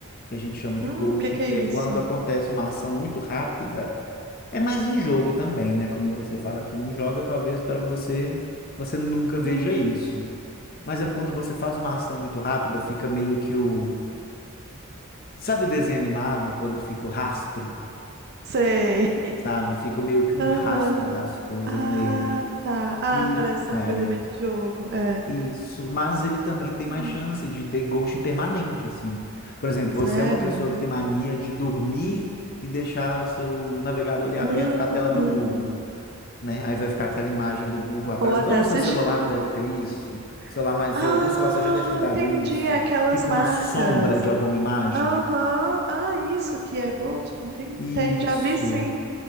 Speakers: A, on the left (about 45°); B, on the right (about 50°).
A: que a gente chama de
B: Hum,
A: ghosting,
B: o que que
A: que
B: é isso?
A: é quando acontece uma ação muito rápida. É mais em jogo também, né? Como você fala que não joga, talvez para você você nunca veja
B: Hum,
A: isso. Mas é quando você faz uma ação muito rápida, fica meio que o. Sabe desenho animado, quando fica o rastro,
B: sei. <laughs>
A: sabe? Fica meio que um
B: Aham.
A: rastro das coisas
B: Ah,
A: nele.
B: tá. Ah,
A: E
B: parece ser
A: é,
B: uma coisa bem de jogo. É.
A: Isso, mas ele também tem mais
B: Hum,
A: chance de ter ghosting permanente, assim. Por exemplo,
B: Sério?
A: você é uma pessoa que tem mania de dormir e deixar seu navegador ali aberto
B: Uhum.
A: com a tela do Google, né? Aí vai ficar aquela imagem do Google atrás,
B: Ou até
A: igual no
B: assistindo
A: seu celular
B: alguma
A: deve ter isso,
B: coisa.
A: sei lá, mas
B: Ah,
A: algum celular já deve ter dado
B: entendi.
A: isso.
B: é Aquelas
A: Fica
B: marcas.
A: uma sombra de alguma imagem.
B: Aham. Ah, isso que é Ghost. Entendi.
A: Isso.
B: Já vi sim.